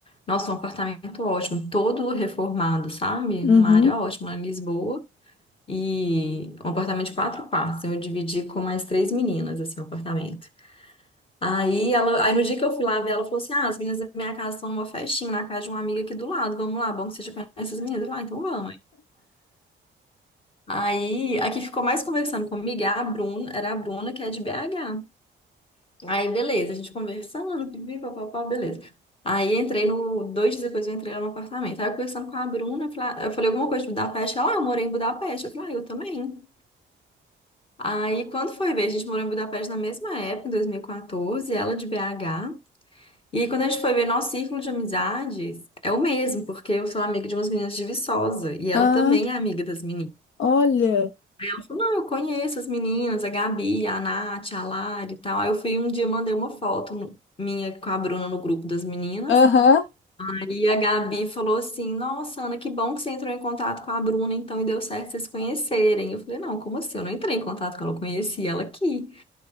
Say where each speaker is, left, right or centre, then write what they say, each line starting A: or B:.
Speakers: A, on the left; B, on the left.
A: nossa, um apartamento ótimo, todo reformado, sabe?
B: Uhum.
A: Numa área ótima lá em Lisboa. E um apartamento de quatro quartos. Eu dividi com mais três meninas, assim, o apartamento. Aí, ela, aí no dia que eu fui lá ver, ela falou assim: Ah, as meninas da minha casa estão numa festinha na casa de uma amiga aqui do lado. Vamos lá, bom que você já conhece as meninas. Eu falei, ah, então vamos. Aí, a que ficou mais conversando comigo é a Bruna, era a Bruna, que é de BH. Aí, beleza, a gente conversando, pipi, papapá, beleza. Aí, entrei no, dois dias depois eu entrei lá no apartamento. Aí, eu conversando com a Bruna, eu falei, ah, eu falei alguma coisa de Budapeste. Ela, ah, eu morei em Budapeste. Eu falei, ah, eu também. Aí, quando foi ver, a gente morou em Budapeste na mesma época, em 2014, ela de BH. E quando a gente foi ver, nosso círculo de amizades é o mesmo, porque eu sou amiga de umas meninas de Viçosa, e ela
B: Ah,
A: também é amiga das meninas.
B: olha.
A: Ela falou, não, eu conheço as meninas, a Gabi, a Nath, a Lari e tal. Aí eu fui um dia, mandei uma foto no- minha com a Bruna no grupo das meninas.
B: Aham.
A: Aí a Gabi falou assim, nossa, Ana, que bom que você entrou em contato com a Bruna, então, e deu certo vocês se conhecerem. Eu falei, não, como assim? Eu não entrei em contato com ela, eu conheci ela aqui.